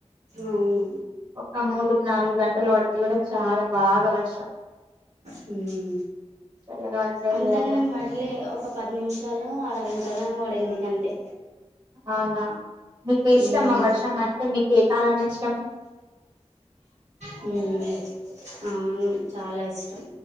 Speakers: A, on the right; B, on the right.
A: అవును
B: ఒక మూడు నాలుగు గంటలు పడితే కూడా బాగా వర్షం
A: హమ్
B: చల్లగా పడుతుంది
A: అంతగాన
B: కదా
A: మ ళ్ ఒక పది నిమిషాలు అరగంట పడే ఎందుకంతే
B: అవునా మీకు
A: హమ్.
B: ఇష్టమా వర్షం అంటే మీకు ఏ కాలం ఇష్టం
A: హమ్ అవును! చాలా ఇష్టం